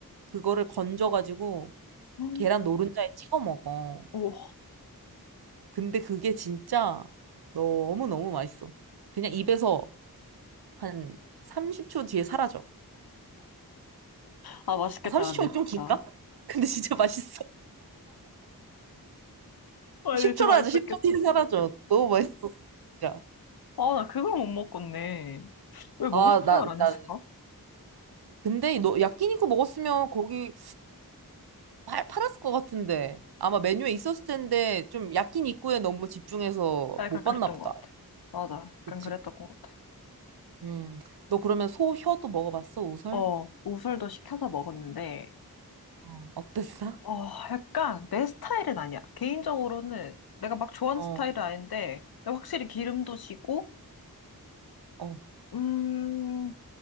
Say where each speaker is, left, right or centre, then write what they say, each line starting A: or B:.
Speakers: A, on the right; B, on the left.
A: 그거를 건져가지고
B: 음,
A: 계란 노른자에 찍어 먹어.
B: 오,
A: 근데 그게 진짜 너무너무 맛있어. 그냥 입에서 한 30초 뒤에 사라져.
B: 아, 맛있겠다,
A: 아, 30초
B: 근데,
A: 좀
B: 진짜.
A: 긴가? <laughs> 근데 진짜 맛있어.
B: 와,
A: 10초로
B: 근데 진짜 맛있었겠다.
A: 하자. 10초 뒤에 사라져. 너무 맛있어. 진짜.
B: 아, 나 그걸 못 먹었네. 왜 먹을
A: 아,
B: 생각을
A: 나,
B: 안
A: 나.
B: 했을까?
A: 근데 너 야끼니쿠 먹었으면 거기 팔, 팔았을 것 같은데. 아마 메뉴에 있었을 텐데 좀 야끼니쿠에 너무 집중해서
B: 아, 약간
A: 못
B: 그랬던
A: 봤나 보다.
B: 것 같아. 맞아, 약간
A: 그치.
B: 그랬던 것 같아.
A: 음. 너 그러면 소 혀도 먹어봤어? 우설?
B: 어, 우설도 시켜서 먹었는데,
A: 어, 어땠어?
B: 어, 약간 내 스타일은 아니야. 개인적으로는 내가 막 좋아하는
A: 어,
B: 스타일은 아닌데, 근데 확실히 기름도 지고,
A: 어.
B: 음,